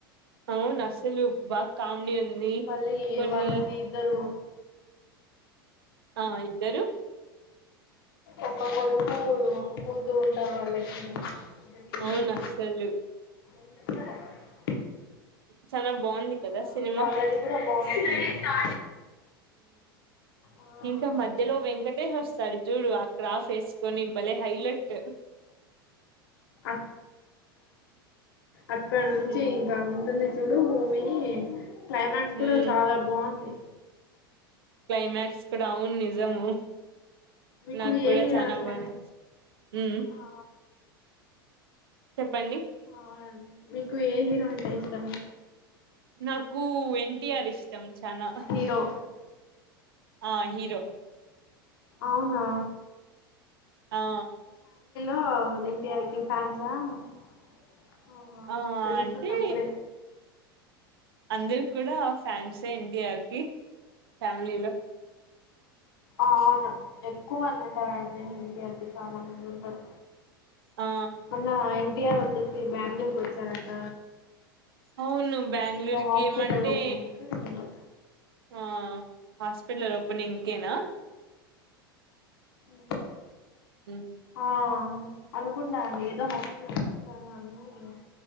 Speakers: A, on the right; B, on the left.
A: అవును అసలు బాగా కామెడీ ఉంది
B: మళ్ళీ
A: కొన్ని
B: వాళ్ళకి ఇద్దరు
A: ఆ ఇద్దరు
B: ఒక కొడుకు ఒక కూతురు ఉంటారు వాళ్ళకి పిల్లలు
A: అవును అసలు
B: <inaudible>
A: చానా బావుంది
B: ఆ
A: కదా సినిమా
B: వాళ్ళది కూడా బాగుంటుంది ఆ అవునండి
A: ఇంకా మధ్యలో వెంకటేష్ వస్తాడు చూడు అక్కడ ఆఫేసుకొని భలే హైలట్
B: అ అక్కడినుంచి
A: ఉమ్
B: ఇంకా ఉంటుంది చూడు చూడు మూవీ క్లైమాక్స్ కూడా
A: ఉమ్
B: చాలా బాగుంది
A: క్లైమాక్స్ కూడా అవున్ నిజము
B: మీకు
A: నాకు కూడా
B: ఏ హీరో
A: చాలా
B: అంటే
A: బాగా నచ్చింది
B: ఆ
A: చెప్పండి
B: అవునండి మీకు ఏ హీరో ఉంటాయి ఇష్టం
A: నాకు ఎన్టీఆర్ ఇష్టం చానా
B: హీరో
A: ఆ హీరో
B: అవునా
A: ఆ
B: ఓ ఎన్టీఆర్ ఫ్యాన్స్ అవునా
A: ఆ
B: తెలుస్తుంది
A: అంటే
B: అప్పుడే
A: అందరు ఫ్యామిలీలో కూడా ఎన్టీఆర్ ఫ్యాన్స్
B: అవునా ఎక్కువ ఆ అండి ఎన్టీఆర్ కి చాలామంది ఉంటారు
A: ఆ
B: మొన్న ఎన్టీఆర్ ఫ్యాన్స్ బెంగళూరుకి వచ్చారంట
A: అవును బెంగళూరుకి
B: ఏదో హాస్పిటల్
A: ఏమంటే
B: ఓపెనింగ్‌కి ఏందో
A: ఆ హాస్పిటల్ ఓపెనింగ్ కేనా
B: ఉహ్
A: ఉమ్
B: ఆ అనుకుంటా అండి ఏదో హాస్పిటల్ వచ్చారు అని వచ్చింది